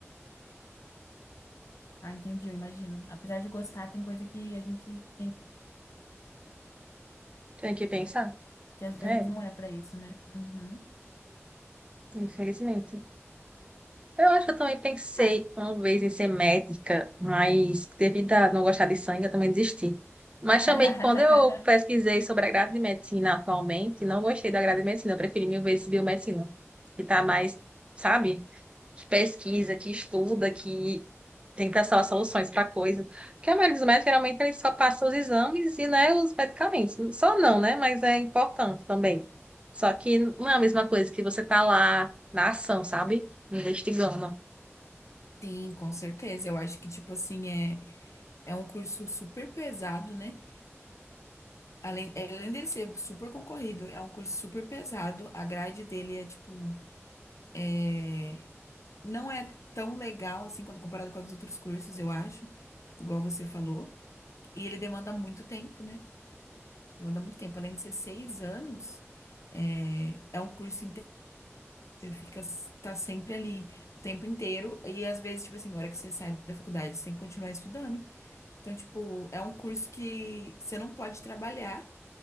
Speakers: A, on the left; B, on the right.
A: Ah, entendi, eu imagino. Apesar de gostar, tem coisa que a gente tem
B: Tem que pensar.
A: que às vezes
B: É,
A: não é pra isso, né? Uhum.
B: infelizmente. Eu acho que eu também pensei
A: Ai,
B: uma vez em ser médica, mas devido a não gostar de sangue, eu também desisti. Mas
A: <laughs>
B: também, quando eu pesquisei sobre a grade de medicina atualmente, não gostei da grade de medicina, eu preferi mil vezes biomedicina, que está mais, sabe, que pesquisa, que estuda, que tenta achar soluções para coisa. Porque a maioria dos médicos, geralmente, eles só passam os exames e, né, os medicamentos. Só não, né, mas é importante também. Só que não é a mesma coisa que você tá lá na ação, sabe? Investigando.
A: Sim, com certeza. Eu acho que, tipo assim, é, é um curso super pesado, né? Além, é, além dele ser super concorrido, é um curso super pesado. A grade dele é tipo, é, não é tão legal assim quando comparado com os outros cursos, eu acho, igual você falou. E ele demanda muito tempo, né? Demanda muito tempo. Além de ser seis anos, é, é um curso inteiro. Você fica, tá sempre ali o tempo inteiro. E às vezes, tipo assim, a hora que você sai da faculdade, você tem que continuar estudando. Então, tipo, é um curso que você não pode trabalhar